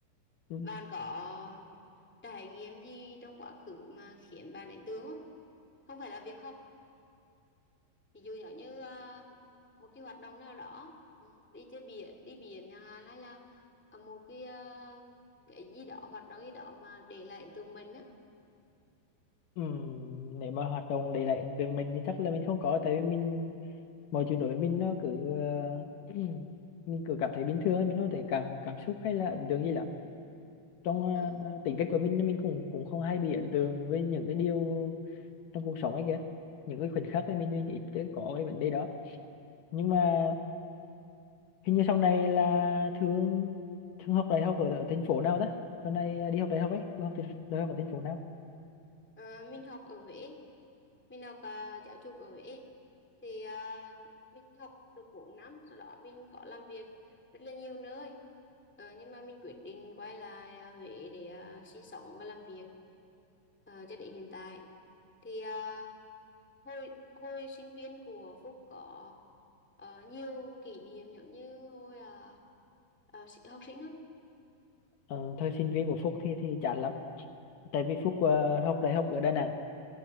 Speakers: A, on the left (about 70°); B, in the centre.
A: ừ.
B: bạn có trải nghiệm gì trong quá khứ mà khiến bạn ấn tượng không không phải là việc học ví dụ giống như à, một cái hoạt động nào đó ừ, đi chơi biển đi biển chẳng hạn hay là à, một cái à, cái gì đó hoạt động gì đó mà để lại ấn tượng mình á
A: Ừ. nếu mà hoạt động để lại trường mình thì chắc là mình không có tại vì mình mọi chuyện đối với mình nó cứ à, <clears throat> mình cứ cảm thấy bình thường ấy, mình không thể cảm cảm xúc hay là ấn tượng gì lắm trong
B: Ờ,
A: ờ, tính cách của mình mình cũng cũng không hay bị ấn tượng với những cái điều trong cuộc sống ấy kìa những cái khoảnh khắc ấy mình mình ít cái có cái vấn đề đó nhưng mà hình như sau này là thương thương học đại học ở, ở thành phố nào đó sau này đi học đại học ấy Thương học thì- đại học ở thành phố nào
B: Ờ, mình học ở Huế mình học à, giáo dục ở Huế thì à, mình học được 4 năm sau đó mình có làm việc rất là nhiều nơi Ờ, nhưng mà mình quyết định quay lại à, Huế để à, sinh sống và làm việc Ờ, cho đến hiện tại thì à, hồi hồi sinh viên của Phúc có ờ, nhiều kỷ niệm giống như hồi à, à, sĩ- học sinh không
A: ờ, thời sinh viên của Phúc thì thì chán lắm tại vì Phúc ờ, học đại học ở Đà Nẵng